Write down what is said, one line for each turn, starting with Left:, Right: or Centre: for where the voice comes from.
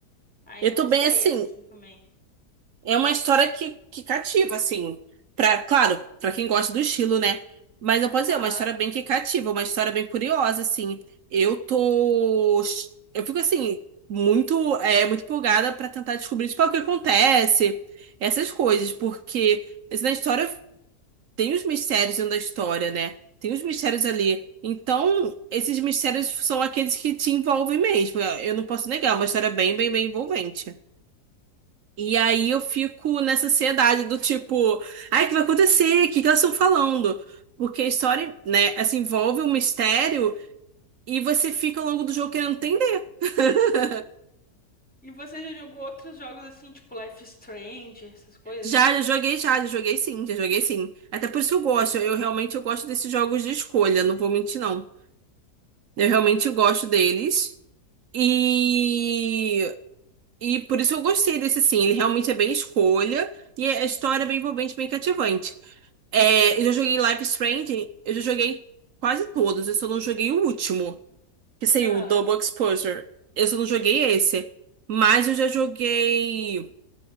Centre: Aí
Right: Eu
Centre: não
Right: tô
Centre: sei
Right: bem assim.
Centre: assim também.
Right: É uma história que, que cativa, assim. Pra, claro, pra quem gosta do estilo, né? Mas eu posso dizer,
Centre: Aham.
Right: é uma história bem que cativa, uma história bem curiosa, assim. Eu tô. Eu fico assim, muito, é, muito empolgada pra tentar descobrir, tipo, ah, o que acontece, essas coisas, porque. Assim, na história tem os mistérios dentro da história, né? Tem os mistérios ali. Então, esses mistérios são aqueles que te envolvem mesmo. Eu eu não posso negar, é uma história bem, bem, bem envolvente. E aí eu fico nessa ansiedade do tipo, ai, o que vai acontecer? O que que elas estão falando? Porque a história, né, assim, envolve um mistério e você fica ao longo do jogo querendo entender. <laughs>
Centre: E você já jogou outros jogos assim, tipo Life is Strange, essas coisas?
Right: Já, já joguei, já, já joguei sim, já joguei sim. Até por isso que eu gosto. Eu realmente eu gosto desses jogos de escolha, não vou mentir, não. Eu realmente gosto deles. E, e por isso eu gostei desse sim. Ele realmente é bem escolha. E a história é bem envolvente, bem cativante. É, eu já joguei Life is Strange, eu já joguei quase todos. Eu só não joguei o último, que saiu
Centre: Aham.
Right: o Double Exposure. Eu só não joguei esse. Mas eu já joguei.